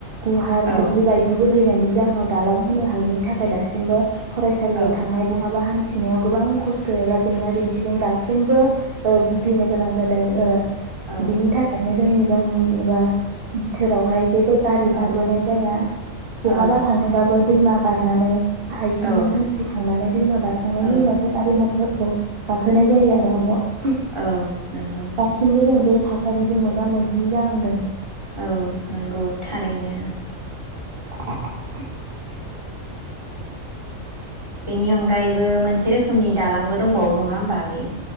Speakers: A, on the right (about 45°); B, on the right (about 20°).
A: गुवार
B: औ
A: दुब्लि बायदिबो हैनायनि जाहोनाव दालां होनो हायिनि नि थाखाय दासिमबो फरायसालियाव
B: औ
A: थांनाय बहाबा हान्थि नायाव गोबां खस्थ एबा जेंना जेंसिजों दासिमबो ओ भुगिनो गोनां जादों ओ।
B: औ
A: बिनि थाखायनो। जोंनि गामि एबा बिथोरावहाय जेबो। गारि
B: औ
A: बारबोनाय जाया बहाबा
B: औ
A: थांनोबाबो दैमा बारनानै आथिंजों
B: औ
A: हान्थिखांनानै दैमा बारखांनायनि
B: औ
A: उनावसो गारि मथर गाखोनाय जायो आरो आब'।
B: औ नोंगौ।
A: दासिमबो जों बे थासारिजों मोगा मोगि जानांदों।
B: औ नोंगौ थारैनो।
A: <inaudible>
B: बेनि अनगायैबो मोनसे रोखोमनि दालांबो दंबावो नङा होमबा आगै।